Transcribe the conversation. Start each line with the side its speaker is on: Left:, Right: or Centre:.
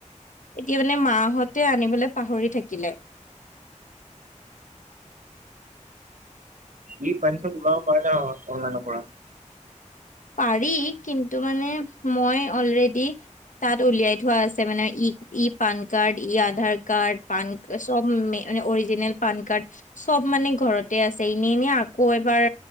Left: এতিয়া মানে মা হঁতে আনিব পাহৰি থাকিলে।
Right: ই পাঞ্চত উলাব পাৰে নহয় অনলাইনৰ পৰা।
Left: পাৰি কিন্তু মানে মই অলৰেডি তাত উলিয়াই থোৱা আছে মানে ই - ই পান কাৰ্ড, ই আধাৰ কাৰ্ড, পান চব মে মানে অৰিজিনেল পান কাৰ্ড চব মানে ঘৰতে আছে। এনে এনে আকৌ এবাৰ